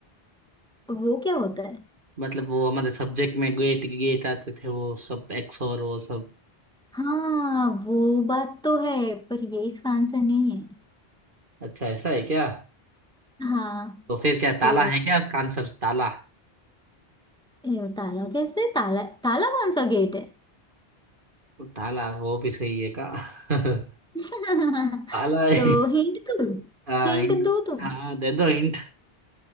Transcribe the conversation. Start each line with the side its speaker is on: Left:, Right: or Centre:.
Centre: वो क्या होता है
Right: मतलब वो हमारे सब्जेक्ट में गेट गेट आते थे वो सब एक्स और वो सब
Centre: हाँ वो बात तो है पर ये इसका आंसर नहीं है
Right: अच्छा ऐसा है क्या
Centre: हाँ
Right: तो फिर क्या
Centre: तो
Right: ताला है क्या उसका आंसर ताला
Centre: ये ताला कैसे ताला ताला कौन सा गेट है
Right: वो ताला वो भी सही है का <laughs>
Centre: <laughs>
Right: ताला है
Centre: तो हिंट दो
Right: हाँ
Centre: हिंट
Right: hint-
Centre: दो तुम
Right: हाँ, दे दो इंट